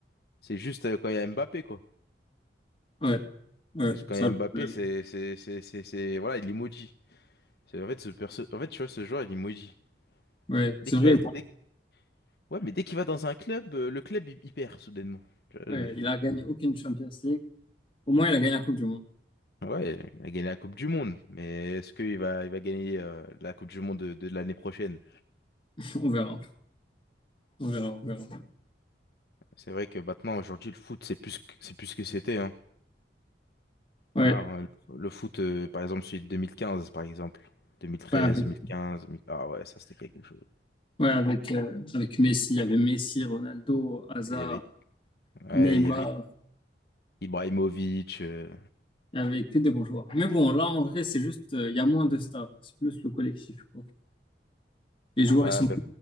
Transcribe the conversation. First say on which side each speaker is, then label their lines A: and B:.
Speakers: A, on the left; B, on the left.
A: c'est juste euh, quand il y a Mbappé, quoi.
B: Ouais, ouais,
A: C'est quand
B: c'est
A: il
B: ça
A: y a
B: le
A: Mbappé,
B: problème.
A: c'est, c'est, c'est, c'est, c'est- voilà, il est maudit. C'est, en fait, ce perso- en fait, tu vois, ce joueur, il est maudit.
B: Ouais,
A: Dès
B: c'est
A: qu'il
B: vrai.
A: va, dès- ouais, mais dès qu'il va dans un club, euh, le club, il, il perd, soudainement. Tu vois,
B: Ouais,
A: euh,
B: il a gagné aucune Champions League. Au moins, il a gagné la Coupe du Monde.
A: ouais, il a gagné la Coupe du Monde, mais est-ce qu'il va, il va gagner, euh, la Coupe du Monde de, de l'année prochaine?
B: <laughs> On verra. On verra, on verra.
A: C'est vrai que maintenant, aujourd'hui, le foot, c'est plus, que- c'est plus ce que c'était, hein.
B: Ouais,
A: Voilà, hein, le le foot, euh, par exemple, celui de 2015, par exemple. 2013,
B: ouais, avec,
A: 2015, 2000 ah ouais, ça c'était quelque chose.
B: ouais, avec, euh, avec Messi, il y avait Messi, Ronaldo, Hazard,
A: Et Il y avait, ouais,
B: Neymar,
A: il y avait Ibrahimovic. euh,
B: il y avait que des bons joueurs. Mais bon, là, en vrai, c'est juste, euh, il y a moins de stars, c'est plus le collectif, quoi. Les joueurs,
A: Ouais,
B: ils sont,
A: mais,